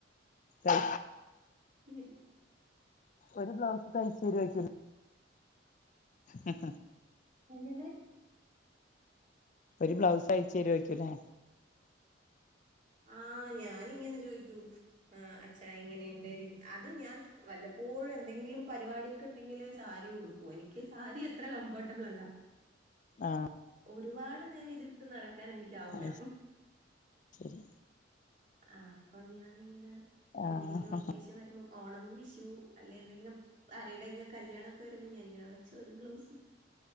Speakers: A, on the left; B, on the right.
A: തൈ
B: ഉം.
A: ഒരു ബ്ലൗസ് തയ്ച്ചേരോയ്ക്കുലെ. ആ
B: എങ്ങനെ?
A: ഒരു ബ്ലൗസ് യ്ച്ചെരോയ്ക്കുലെ
B: ആഹ് ഞാനിങ്ങനെ ചോയ്ക്കും. ആഹ് അച്ഛാ ഇങ്ങനെയുണ്ട് എനിക്ക്. അതും ഞാൻ വല്ലപ്പോഴും എന്തെങ്കിലും പരിപാടിയൊക്കെ ഉണ്ടെങ്കിലെ സാരി ഉടുക്കൂ. എനിക്ക് സാരി അത്ര കംഫോർട്ടബിളല്ല.
A: ആഹ്
B: ഒരുപാട് നേരം ഇതിട്ട് നടക്കാൻ എനിക്കാവൂല.
A: അത് ശരി
B: ആഹ് അപ്പ ഞാനിങ്ങനെ
A: ആഹ്
B: എന്തെങ്കിലൊക്കെ. വിശേഷം വരുമ്പം ഓണം, വിഷു അല്ലേ എന്തെങ്കിലും. ആര്ടെങ്കിലൊക്കെ കല്യാണൊക്കെ വര്മ്പോ ഞാനിങ്ങനെ അച്ഛ ഒരു ബ്ലൗസ്.